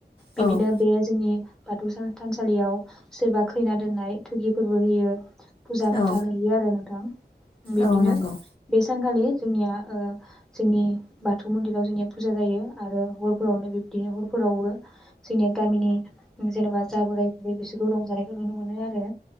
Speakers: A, on the left; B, in the centre.
A: औ
B: बिबदिनो जोंनि बाथौ सान थानसालियाव सोरबा खैना दोननाय थुगिफोरबो होयो। फुजा फाथाल
A: औ
B: हैैयो आरो नोंथां बिब्दिनो
A: औ नंगौ
B: बे सान खालि जोंनिया जोंनिया ओ जोंनि बाथौ मन्दिराव जोंनिया फुजा जायो आरो हरफोरावनो बिब्दि हरफोराव हरो जोंनिया गामिनि जेनेबा जा बोराय बुरै बिसोरखौ रंजानायखौ नुनो मोनो आरो